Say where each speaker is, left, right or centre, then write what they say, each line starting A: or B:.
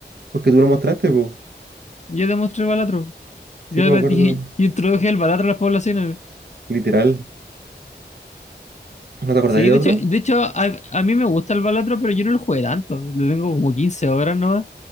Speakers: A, on the right; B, on the left.
A: porque tú lo mostraste, po.
B: Yo demostré balatro. Yo,
A: Sí, pues me
B: metí-
A: acuerdo.
B: yo <laughs> introduje el balatro a las poblaciones.
A: Literal. ¿No te acordáis
B: Sí,
A: de
B: de
A: otro?
B: hecho, de hecho a, a mí me gusta el Balatro, pero yo no lo jugué tanto. Lo tengo como 15 horas nomás.